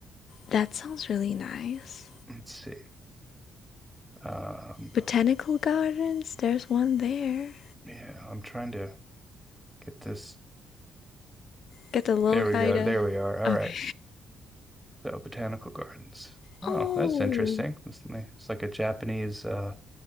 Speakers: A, on the left; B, in the centre.
A: That sounds really nice.
B: Let's see. Um,
A: Botanical gardens, there's one there.
B: yeah, I'm trying to get this.
A: Get the little
B: There
A: guy
B: we go.
A: to.
B: There we are. All
A: Okay.
B: right. So botanical gardens. Oh,
A: Oh,
B: that's interesting. It's ni- it's like a Japanese uh